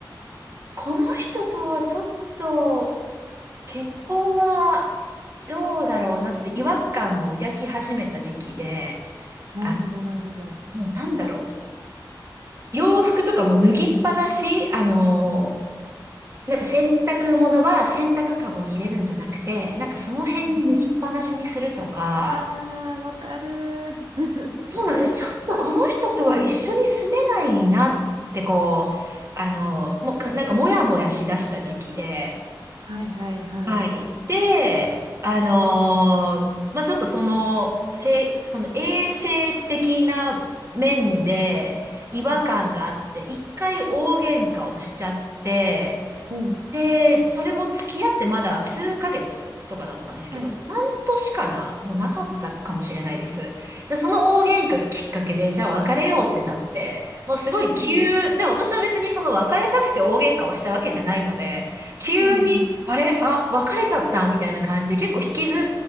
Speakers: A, on the right; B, on the right.
A: この人とはちょっと結婚はどうだろうなって違和感を抱き始めた時期で、
B: なるほど、
A: あ、
B: なるほど。
A: もうなんだろう。洋服とかも脱ぎっぱなし、あの、なんか洗濯物は洗濯カゴに入れるんじゃなくて、なんかその辺に脱ぎっぱなしにするとか、
B: うんあー、わかるー。
A: そうなんです。ちょっとこの人とは一緒に住めないなってこう、あの、もうかなんかもやもやしだした時期で、
B: <laughs> はい、はい、はい。
A: はい。で、あの、まあ、ちょっとその、せ、その衛生的な面で違和感があって、
B: はい。
A: 一回大喧嘩をしちゃって、
B: おー、
A: で、それも付き合ってまだ数ヶ月とかだったんですけど、
B: はい。
A: 半年かなもうなかったかもしれないです。で、その大喧嘩がきっかけで、じゃあ別れようってなって、もうすごい急、
B: うん、うん、
A: で、私は別にその別れたくて大喧嘩をしたわけじゃないので、急に、
B: うん、うん。
A: あれ、あ、別れちゃったみたいな感じで結構引きずっ